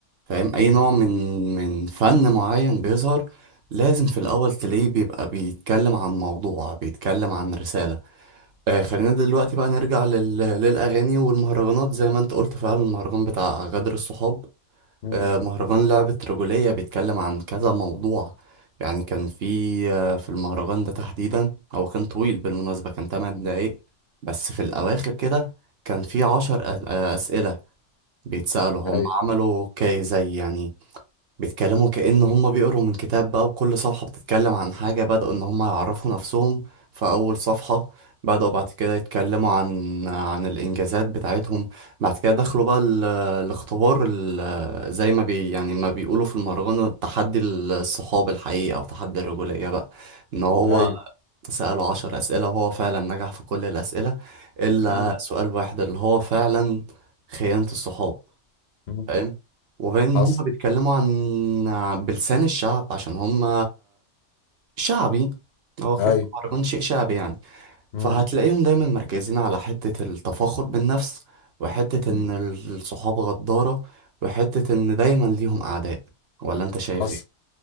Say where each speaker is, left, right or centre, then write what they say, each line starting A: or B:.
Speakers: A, on the right (about 60°); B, on the left (about 65°).
A: فاهم أي
B: مم.
A: نوع من من فن معين بيظهر لازم في الأول تلاقيه بيبقى بيتكلم عن موضوع بيتكلم عن رسالة آه خلينا دلوقتي بقى نرجع لل... للأغاني والمهرجانات زي ما أنت قلت فعلا المهرجان بتاع غدر الصحاب
B: مم.
A: آه، مهرجان لعبة رجولية بيتكلم عن كذا موضوع يعني كان في آه، في المهرجان ده تحديدا هو كان طويل بالمناسبة كان تمن دقايق بس في الأواخر كده كان في عشر أ- آه، أسئلة بيتسألوا هم
B: ايوه
A: عملوا كي زي يعني بيتكلموا كأن هم بيقروا من كتاب بقى وكل صفحة بتتكلم عن حاجة بدأوا إن هم يعرفوا نفسهم في أول صفحة بدأوا بعد كده يتكلموا عن عن الإنجازات بتاعتهم بعد كده دخلوا بقى ال- الاختبار ال- زي ما بي يعني ما بيقولوا في المهرجان تحدي الصحاب الحقيقي أو تحدي الرجولية بقى إن هو
B: أيوه
A: سأله عشر أسئلة وهو فعلا نجح في كل الأسئلة إلا
B: مم.
A: سؤال واحد اللي هو فعلا خيانة الصحاب
B: مم.
A: فاهم وغير ان
B: حصل
A: هم بيتكلموا عن بلسان الشعب عشان هم شعبي هو كده
B: أيوه
A: كده مهرجان شيء شعبي يعني
B: مم.
A: فهتلاقيهم دايما مركزين على حتة التفاخر بالنفس وحتة
B: مم.
A: ان الصحاب غدارة وحتة ان دايما ليهم اعداء ولا انت شايف
B: حصل
A: ايه